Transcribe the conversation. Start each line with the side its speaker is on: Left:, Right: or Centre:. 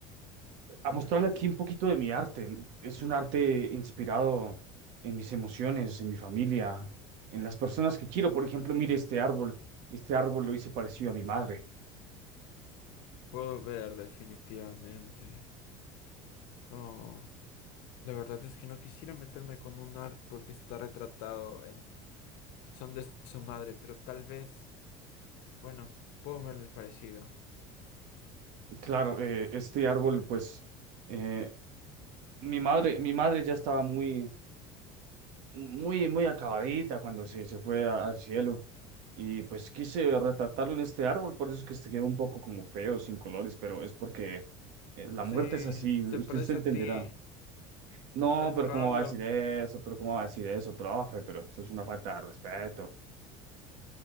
Right: a mostrarle aquí un poquito de mi arte. Es un arte inspirado en mis emociones, en mi familia, en las personas que quiero. Por ejemplo, mire este árbol. Este árbol lo hice parecido a mi madre.
Left: Puedo ver, definitivamente. Oh, la verdad es que no quisiera meterme con un artwork que está retratado en Son de su madre, pero tal vez, bueno, puedo ver el parecido.
Right: Claro, eh, este árbol, pues... eh, Mi madre, mi madre ya estaba muy, muy, muy acabadita cuando se, se fue a- al cielo. Y pues quise retratarlo en este árbol, por eso es que se quedó un poco como feo, sin colores, pero es porque eh, la
Left: Sí,
Right: muerte es así, usted
Left: se parece
Right: se entenderá.
Left: a ti,
Right: No,
Left: de tal
Right: pero
Left: palo,
Right: ¿cómo va a decir eso? ¿Pero cómo va a decir eso, profe? Pero eso es una falta de respeto.